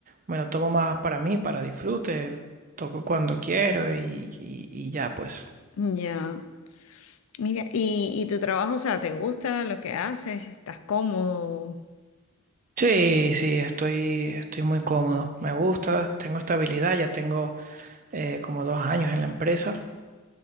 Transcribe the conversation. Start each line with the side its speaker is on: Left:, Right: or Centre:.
Right: Me lo tomo más para mí, para disfrute, toco cuando quiero y, y- y ya pues.
Left: Ya. Mira, y, y tu trabajo, o sea, ¿te gusta lo que haces? ¿Estás cómodo?
Right: Sí, sí, estoy, estoy muy cómodo, me gusta, tengo estabilidad, ya tengo eh, como dos años en la empresa